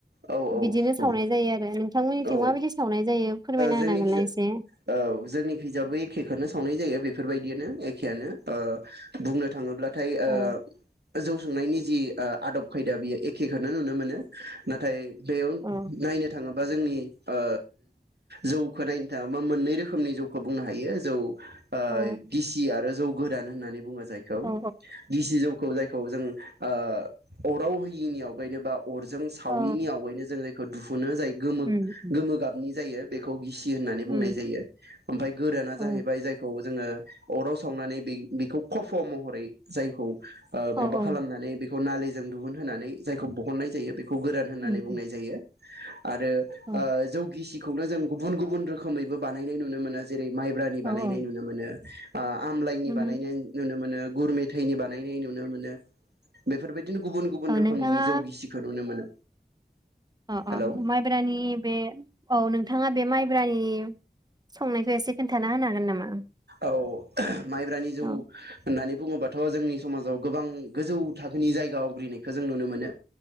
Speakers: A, on the right (about 75°); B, on the right (about 25°).
A: औ औ
B: बिदिनो सावनाय
A: औ।
B: जायो आरो नोंथांमोननिथिं
A: औ ओ
B: माबायदि सावनाय जायो फोरमायना
A: जोंनिखिजा
B: होनो हागोन ना एसे
A: औ जोंनिखिजाबो एखेखोनो सावनाय जायो बे बेफोरबायदियानो एखेयानो ओ बुंनो थाङोब्ला थाय
B: औ
A: ओ गोजौ सोंनायनि जि आ आदब खायदा बियो एखेखोनो नुनो मोनो। नाथाय बेयाव
B: औ
A: नायनो थाङो बा जोंनि ओ जौखो नायनो थाङोबा मोननै रोखोमनि जौखौ बुंनो हायो। जौ ओ
B: औ
A: गिसि आरो जौ गोरान होननानै बुङो। जायखौ
B: औ
A: गिसि जौ जायखौ जों ओ अराव होयिनि आवगायनो बा अरजों साविनि
B: औ
A: आवगायनो जों जायखौ दुहुनो जाय गोमो
B: उम उम
A: गाबनि जायो बेखौ गिसि होननानै
B: उम
A: बुंनाय जायो। ओमफ्राय गोराना जाहैबाय
B: औ
A: जायखौ जोङो अराव सावनानै बेखौ खफ महरै जायखौ ओ माबा
B: औ औ
A: खालामनानै <unintelligible> जों दिहुन होननानै जायखौ बहननाय जायो। गोरान होननानै
B: उम
A: बुंनाय जायो। आरो
B: औ
A: ओ जौ गिसि खौनो जों गुबुन गुबुन रोखोमैबो बानायनाय नुनो मोनो। जेरै माइब्रानि बानायनाय
B: औ औ
A: नुनो मोनो। ओ आमलाइनि
B: उम
A: बानायनाय नुनो मोनो। गुर दैनि बानायनाय नुनो मोनो। बेफोरबायदि नो गुबुन गुबुन
B: औ
A: रोखोमनि
B: नोंथाङा
A: जौ गिसिखौ नुनो मोनो।
B: अ
A: हेलौ
B: अ माइब्रानि बे औ नों थाङा बे माइब्रानि संनायखौ एसे खोन्थाना होनो हागोन नामा?
A: औ माइब्रानि जौ
B: औ
A: होननानै बुङोबाथ' जोंनि समाजाव गोबां गोजौ थाखोनि जायगा आवग्रिनायखौ जों नुनो मोनो।